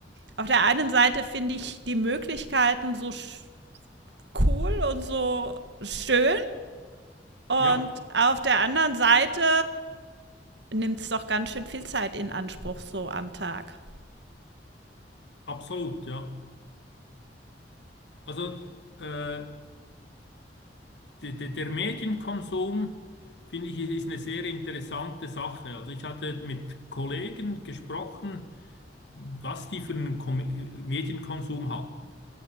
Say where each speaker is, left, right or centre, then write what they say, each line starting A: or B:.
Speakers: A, on the right; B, on the left.
A: Auf der einen Seite finde ich die Möglichkeiten so sch- cool und so schön. Und
B: Ja,
A: auf der anderen Seite nimmt es doch ganz schön viel Zeit in Anspruch so am Tag.
B: absolut, ja. Also äh, d- d- der Medienkonsum, finde ich, ist eine sehr interessante Sache. Also ich hatte mit Kollegen gesprochen, was die für einen Kom Medienkonsum hatten.